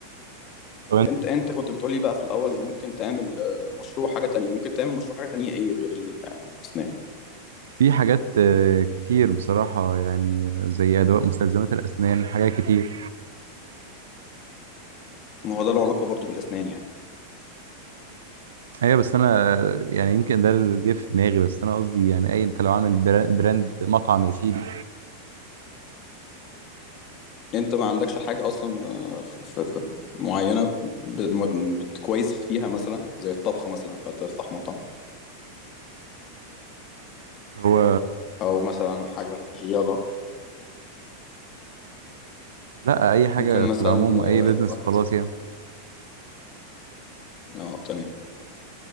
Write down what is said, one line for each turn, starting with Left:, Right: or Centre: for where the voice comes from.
Right: طب انت
Left: انت انت كنت بتقولي بقى في الاول ممكن تعمل آه، مشروع حاجة تانية ممكن تعمل مشروع حاجة تانية ايه غير الاسنان
Right: في حاجات آه، كتير بصراحة يعني آه، زي أدوات مستلزمات الأسنان حاجات كتير
Left: ما هو ده له علاقة برضه بالاسنان يعني
Right: أيوة بس أنا آه، يعني يمكن ده اللي جه في دماغي بس أنا قصدي يعني أي أنت لو عامل برا- براند مطعم يا سيدي
Left: انت ما عندكش حاجة اصلا آه، ف- ف- ف- معينة ب- بت- كويس فيها مثلا زي الطبخ مثلا فتفتح مطعم
Right: هو
Left: او مثلا حاجة يلا
Right: لأ أي حاجة
Left: ممكن
Right: في
Left: مثلا
Right: العموم
Left: آه،
Right: أي بيزنس
Left: الواحد
Right: خلاص يعني
Left: اه تمام